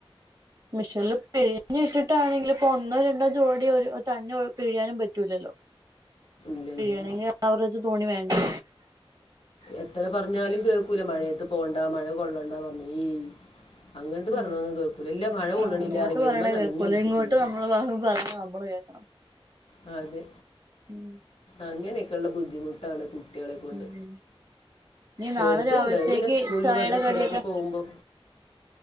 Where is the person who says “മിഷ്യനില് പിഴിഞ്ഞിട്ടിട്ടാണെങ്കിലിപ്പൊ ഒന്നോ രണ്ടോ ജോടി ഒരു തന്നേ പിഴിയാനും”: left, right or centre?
Right